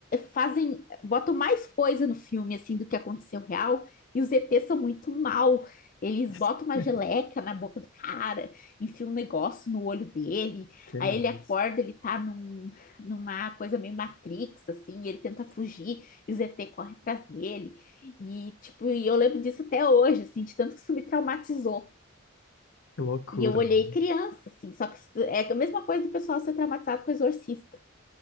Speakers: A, on the left; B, on the left.
A: fazem, botam mais coisa no filme assim do que aconteceu real, e os ETs são muito mal. Eles
B: <laughs>
A: botam uma geleca na boca do cara, enfiam um negócio no olho dele,
B: Que isso?
A: aí ele acorda, ele tá num, numa coisa meio Matrix, assim, e ele tenta fugir, e os ET correm atrás dele. E, tipo, e eu lembro disso até hoje, assim, de tanto que isso me traumatizou.
B: Que loucura,
A: E eu olhei
B: mano.
A: criança, assim, só que é a mesma coisa do pessoal ser traumatizado com exorcista